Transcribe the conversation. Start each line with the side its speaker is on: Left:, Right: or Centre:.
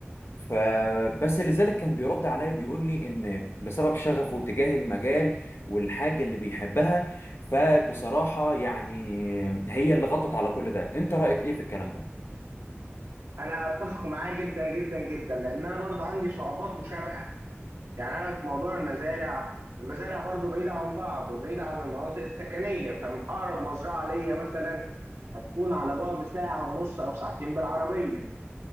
Left: فبس لذلك كان بيرد عليا بيقول لي ان بسبب شغفه تجاه المجال والحاجه اللي بيحبها فبصراحه يعني هي اللي غطت على كل ده انت رايك ايه في الكلام ده
Right: انا اتفق معاه جدا جدا جدا لان انا برضو عندي صعوبات مشابهه يعني انا في موضوع المزارع المزارع برضو بعيدة عن بعض وبعيدة عن المناطق السكنية فأقرب مزرعة ليا مثلا هتكون على بعد ساعة ونص أو ساعتين بالعربية